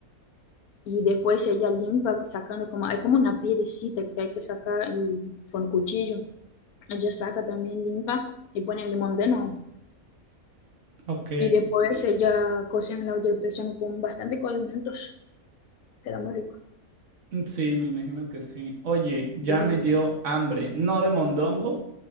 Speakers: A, on the left; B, on the right.
A: Y después ella limpa sacando como, hay como una piedecita que hay que sacar y- con cuchillo. Ella saca también, limpa y pone el limón de nuevo.
B: ok.
A: Y después ella cocina en la olla de presión con bastante condimentos. Queda muy rico.
B: Mm, Sí, me imagino que sí. Oye, ya
A: Bonito.
B: me dio hambre, no de mondongo